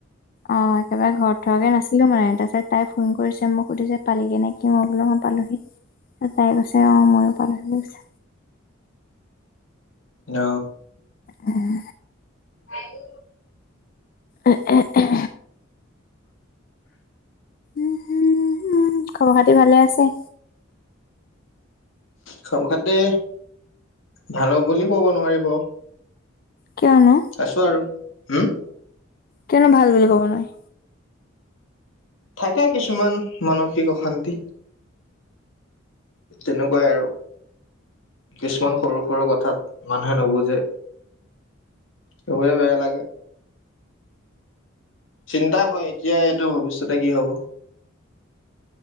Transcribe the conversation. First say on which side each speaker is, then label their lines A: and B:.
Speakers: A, on the left; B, on the left.
A: অঁ একেবাৰে ঘৰত থৱাগে নাছি। লো মানে তাছত তাই ফোন কৰিছে। মোক সুধিছে পালিগে নেকি? অঁ বোলো ময় পালোহি। তাত তাই কৈছে অঁ ময়ো পালোঁহি বুলি কৈছে।
B: ন।
A: উম।
B: আইও।
A: এ এ এহ। উমহু হুম খবৰ খাতি ভালে আছে?
B: খব খাতি ভালক বুলিও ক'ব নোৱাৰিব।
A: কিয়নো?
B: আছো আৰু হুম।
A: কেনে ভাল বুলি ক'ব নোৱাৰি?
B: থাকে কিছুমান মানসিক অশান্তি। তেনকুৱাই আৰু। কিছুমান সৰু সৰু কথাত মানুহে নুবুজে। চোবই বেয়া লাগে। চিন্তা হয়, এতিয়া এইটো ভৱিষ্যতে কি হ'ব?